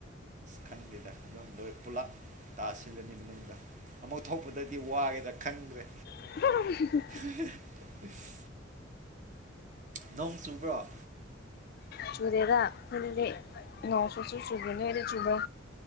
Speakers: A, on the right; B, on the left.
A: ꯈꯪꯗꯦꯗ ꯄꯨꯂꯞ ꯇꯥꯁꯤꯜꯂꯅꯤ ꯃꯅꯨꯡꯗ ꯑꯃꯨꯛ ꯊꯣꯛꯄꯗꯗꯤ ꯋꯥꯒꯦꯗ ꯈꯪꯗ꯭ꯔꯦ
B: <unintelligible>
A: <unintelligible> ꯅꯣꯡ ꯆꯨꯕ꯭ꯔꯣ
B: ꯆꯨꯔꯨꯔꯦꯔ ꯈꯣꯏꯗꯗꯤ ꯅꯣꯡ ꯁꯨꯛꯆꯨ ꯆꯨꯗꯦ ꯅꯣꯏꯗ ꯆꯨꯕ꯭ꯔꯣ